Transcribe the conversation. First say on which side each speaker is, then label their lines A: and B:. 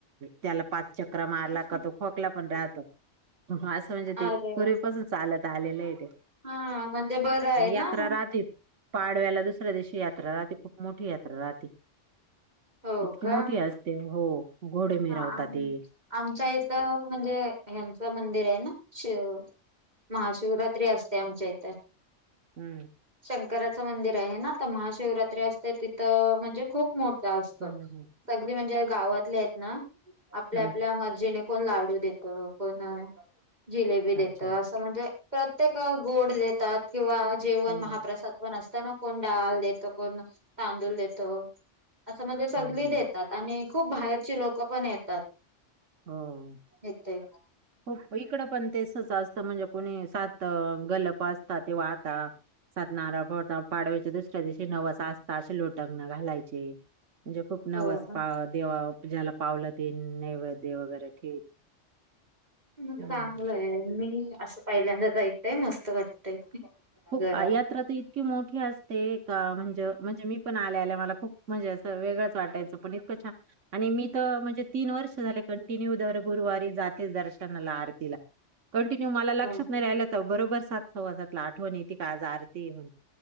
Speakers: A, on the right (about 80°); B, on the right (about 35°).
A: त्याला पाच चक्र मारला का तो खोकला पण राहतो असं म्हणजे ते
B: अरे वा
A: पूर्वीपासून चालत आलेलं आहे ते
B: हा म्हणजे बरं आहे
A: आणि यात्रा
B: ना
A: राहते. पाडव्याला दुसऱ्या दिवशी यात्रा राह खूप मोठी यात्रा राह
B: हो
A: इतकी
B: का
A: मोठी असते हो घोडे मिरवतात
B: हा
A: ते
B: आमच्या इथ म्हणजे ह्यांच मंदिर आहे ना शिव महाशिवरात्री असते आमच्या इथे
A: हम्म
B: शंकराचं मंदिर आहे ना तर महाशिवरात्री असते तिथं म्हणजे खूप मोठं असत
A: हम्म हम्म.
B: सगळी म्हणजे गावातले आहेत ना आपल्या
A: हम्म
B: आपल्या मर्जीने कोण लाडू देत कोण जिलेबी देत
A: अच्छा
B: असं म्हणजे प्रत्येक गोड देतात किंवा जेवण
A: हो
B: महाप्रसाद पण असत ता ना कोण डाल देतो कोण तांदूळ देतो असं म्हणजे सगळी
A: हम्म
B: देतात आणि खूप बाहेरचे लोक पण येतात
A: हो.
B: इथे
A: हो इकड पण तेसच असतं म्हणजे कोणी सात गलप असत तेव आता नारळ फडता पाडव्याच्या दुसऱ्या दिवशी नवस आस्ता असे लोटग न घालायचे म्हणजे खूप नवस
B: हो का?
A: पा देवा ज्याला पावलं ते नैवेद्य वगैरे ठेवीत
B: मग
A: हम्म.
B: चांगलं आहे मी असं पहिल्यांदाच ऐकतय मस्त वाटतय
A: खूप
B: जरा
A: यात्रा तर इतकी मोठी असते का म्हणजे म्हणजे मी पण आले आले मला खूप म्हणजे असं वेगळंच वाटायचं पण इतकं छान आणि मी तर म्हणजे तीन वर्ष वर्ष झा कंटिन्यू गुरुवारी जातेच दर्शनाला आरतीला कंटिन्यू मला लक्षात
B: हो का?
A: नाही राहिलं तर बरोबर सात सव्वाजातला आठवणी य त का आज आरती